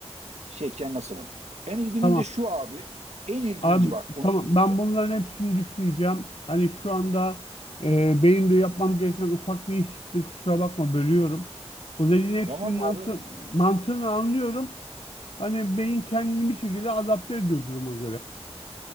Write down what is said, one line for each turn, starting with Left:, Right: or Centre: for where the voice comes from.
Right: şeyken nasılım. En ilginci
Left: Tamam.
Right: de şu abi. En ilginci
Left: Abi
Right: bak onu
Left: tamam
Right: söyleyeceğim.
Left: ben bunların hepsini düşüneceğim. Hani şu anda e, benim de yapmam gereken ufak bir iş çıktı. Kusura bakma bölüyorum. Bu dediğin hepsinin
Right: Tamam
Left: mantı,
Right: abi?
Left: mantığını anlıyorum. Hani beyin kendini bir şekilde adapte ediyor duruma göre.